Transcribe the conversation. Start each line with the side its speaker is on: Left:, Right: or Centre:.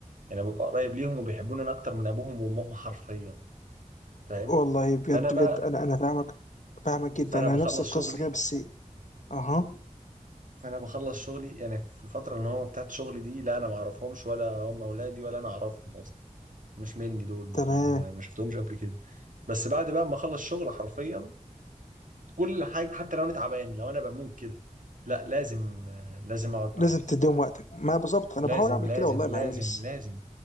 Right: يعني ببقى قريب ليهم وبيحبوني انا اكتر من ابوهم وامهم حرفيا فاهم
Left: والله بجد
Right: فانا بقى
Left: بجد انا انا فاهمك فاهمك جدا
Right: فانا
Left: انا
Right: بخلص
Left: نفس القصة
Right: شغلي
Left: كده بس اها
Right: فانا بخلص شغلي يعني في الفتره اللي هو بتاعت شغلي دي لا انا ما اعرفهمش ولا هم اولادي ولا انا اعرفهم اصلا مش مني دول ما
Left: تمام
Right: ما ما شفتهمش قبل كده بس بعد بقى ما اخلص شغل حرفيا كل حاجه حتى لو انا تعبان لو انا بموت كده لا لازم لازم اقعد
Left: لازم
Right: معاهم
Left: تديهم وقتك ما بالظبط
Right: لازم
Left: انا بحاول اعمل
Right: لازم
Left: كده والله
Right: لازم
Left: مع يونس
Right: لازم